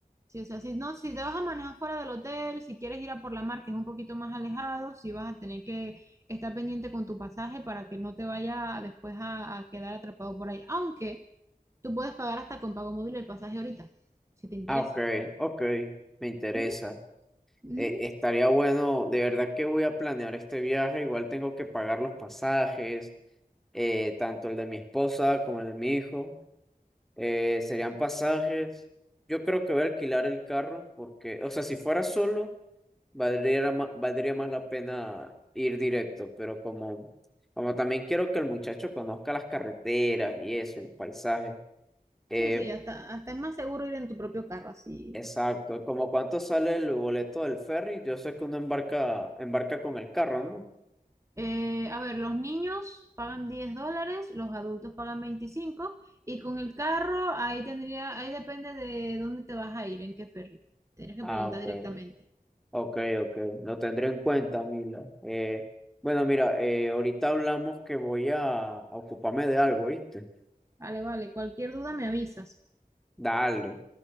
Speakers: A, on the right; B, in the centre.
A: Sí, o sea, si no, si te vas a manejar fuera del hotel, si quieres ir a por la mar, que es un poquito más alejado, si vas a tener que estar pendiente con tu pasaje para que no te vaya después a, a quedar atrapado por ahí. Aunque tú puedes pagar hasta con pago móvil el pasaje ahorita, si te interesa.
B: Ah, ok, ok, me interesa.
A: Ujú, ujú.
B: Eh, estaría bueno, de verdad que voy a planear este viaje, igual tengo que pagar los pasajes, eh, tanto el de mi esposa como el de mi hijo. Eh, serían pasajes. Yo creo que voy a alquilar el carro porque, o sea, si fuera solo, valdría, ma- valdría más la pena ir directo, pero como, como también quiero que el muchacho conozca las carreteras y eso, y los paisajes. eh,
A: Sí, sí, hasta, hasta es más seguro ir en tu propio carro, así
B: exacto, como cuánto sale el boleto del ferry, yo sé que uno embarca, embarca con el carro, ¿no?
A: Eh, a ver, los niños pagan 10 dólares, los adultos pagan 25, y con el carro ahí tendría, ahí depende de dónde te vas a ir, en qué ferry. Tienes que
B: Ah,
A: preguntar
B: ok,
A: directamente.
B: ok, ok. Lo tendré en cuenta, Mila. Eh, bueno, mira, eh, ahorita hablamos que voy a, a ocuparme de algo, ¿viste?
A: Vale, vale, cualquier duda me avisas.
B: Dale.